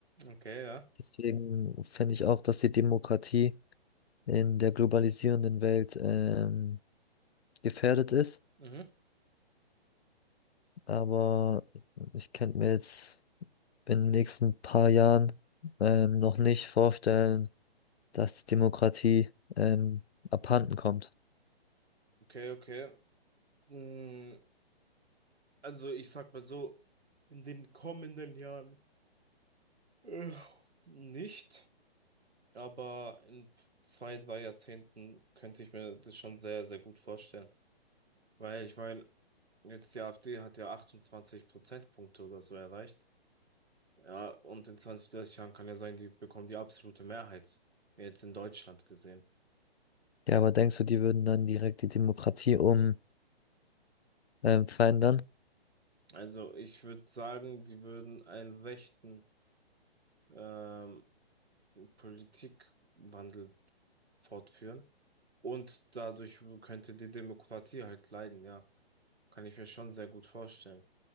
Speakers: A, on the right; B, on the left.
A: Okay, ja.
B: Deswegen finde ich auch, dass die Demokratie in der globalisierenden Welt ähm, gefährdet ist.
A: Mhm.
B: Aber ich könnte mir jetzt in den nächsten paar Jahren ähm, noch nicht vorstellen, dass die Demokratie ähm, abhanden kommt.
A: Okay, okay. Mm, Also ich sag mal so, in den kommenden Jahren. Äh, nicht, aber in zwei, drei Jahrzehnten könnte ich mir das schon sehr, sehr gut vorstellen. Weil ich meine, jetzt die AfD hat ja 28 Prozentpunkte oder so erreicht. Ja, und in 20 30 Jahren kann ja sein, die bekommen die absolute Mehrheit. Jetzt in Deutschland gesehen.
B: Ja, aber denkst du, die würden dann direkt die Demokratie um ähm, verändern?
A: Also ich würde sagen, die würden einen rechten, ähm, Politikwandel fortführen. Und dadurch könnte die Demokratie halt leiden, ja. Kann ich mir schon sehr gut vorstellen.